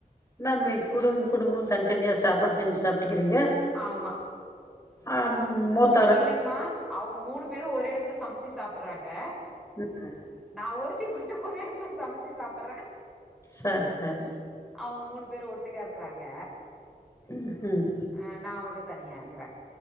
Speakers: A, on the left; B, in the centre.
A: என்னா நீ குடும்ப குடும்பமு தனித்தனியா சாப்பாடு செஞ்சு சாப்ட்டுக்குறீங்ளா
B: ஆமா
A: ஆ மொத்
B: இல்லங்மா அவங்க மூணு பேரும் ஒரு இடத்துல சமைச்சு சாப்புட்றாங்க
A: ம் அ
B: நா ஒருத்தி மட்டு ஒரு இடத்துல சமச்சு சாப்பட்ற
A: சர் சரி
B: அவுங்க மூணு பேரும் ஒட்டுக்கா இருக்கறாங்க
A: ம் ம்
B: அ நா மட்டு தனியா இருக்கற